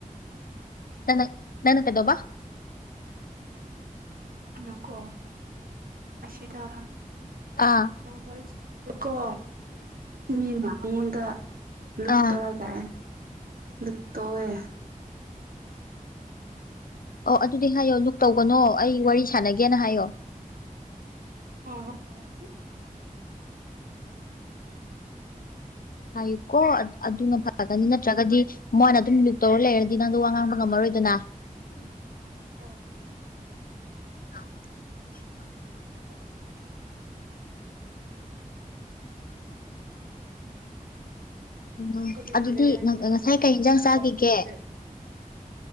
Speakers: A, on the left; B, on the right.
A: ꯅꯪꯅ ꯅꯪꯅ ꯀꯩꯗꯧꯕꯥ
B: ꯑꯩꯅꯀꯣ ꯑꯁꯤꯗ
A: ꯑꯥ
B: <unintelligible> ꯀꯣ ꯃꯤꯅ ꯃꯉꯣꯟꯗ ꯂꯨꯞꯇꯣꯔꯒ
A: ꯑꯥ
B: ꯅꯨꯛꯇꯧꯋꯦ
A: ꯑꯣ ꯑꯗꯨꯗꯤ ꯍꯥꯏꯌꯣ ꯂꯨꯛ ꯇꯧꯒꯅꯣ ꯑꯩ ꯋꯥꯔꯤ ꯁꯥꯟꯅꯒꯦꯅ ꯍꯥꯏꯌꯣ
B: <unintelligible>
A: ꯍꯥꯏꯌꯨꯀꯣ ꯑꯗꯨꯅ ꯐꯩꯏ ꯐꯒꯅꯤ ꯅꯠꯇ꯭ꯔꯒꯗꯤ ꯃꯣꯏꯅ ꯑꯗꯨꯝ ꯂꯨꯛ ꯇꯧꯔ ꯂꯩꯔꯗꯤ ꯅꯪꯗꯣ ꯋꯥ ꯉꯥꯡꯕ ꯉꯝꯃꯔꯣꯏꯗꯅ
B: ꯍꯣꯏ ꯑꯗꯨ
A: ꯑꯟꯑꯣꯗꯤꯕꯜ
B: ꯑꯟꯑꯣꯗꯤꯕꯜ
A: ꯎꯝ
B: ꯀꯕꯤꯅ
A: ꯑꯗꯨꯗꯤ
B: ꯂꯩ ꯌꯥ ꯏꯅ ꯃꯗ
A: ꯉꯁꯥꯏ ꯀꯩ ꯏꯟꯖꯥꯡ ꯆꯥꯈꯤꯒꯦ
B: ꯇ ꯎꯗꯦ